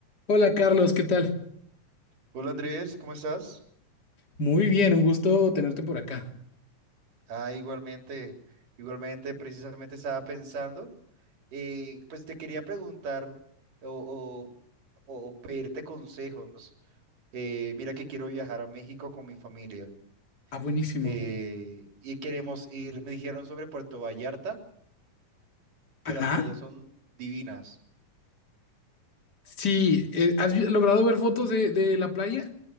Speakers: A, on the left; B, on the right.
A: Hola Carlos, ¿qué tal?
B: Hola Andrés, ¿cómo estás?
A: Muy bien, un gusto tenerte por acá.
B: Ah, igualmente, igualmente, precisamente estaba pensando, eh, pues te quería preguntar o, o- o pedirte consejos. Eh, mira que quiero viajar a México con mi familia
A: Ah, buenísimo.
B: eh, y queremos ir, me dijeron sobre Puerto Vallarta,
A: Ajá.
B: que las playas son divinas.
A: Sí, eh, ¿has vi- logrado ver fotos de, de la playa?